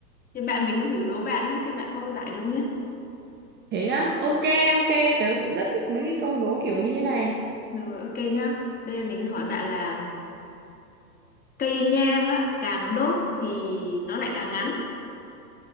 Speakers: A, on the left (about 20°); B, on the right (about 20°).
A: Thì bạn mình cũng thử đố bạn nhé, xem bạn có giải đúng nhé.
B: Thế á, ok ok, tớ cũng rất thích mấy cái câu đố kiểu như thế này.
A: Rồi ok nhá. Đây mình hỏi bạn là cây nhang á, càng đốt thì nó lại càng ngắn.